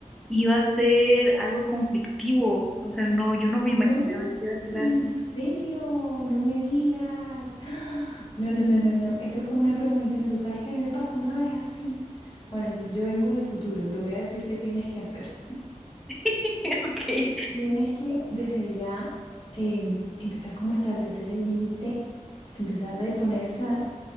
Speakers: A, in the centre; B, on the left (about 40°).
A: iba a ser algo conflictivo. O sea, no, yo no me
B: No,
A: imaginaba que iba a ser
B: en
A: así.
B: serio, no me digas. <gasps> ¡Ah! No, no, no, no, no. Esto es como una premonición. Tú sabes que a mí me pasó una vez así. Bueno, yo, yo vengo del futuro. Te voy a decir qué tienes que hacer.
A: <laughs> Ok.
B: Tienes que desde ya eh, empezar como a establecer el límite, empezar de poner esa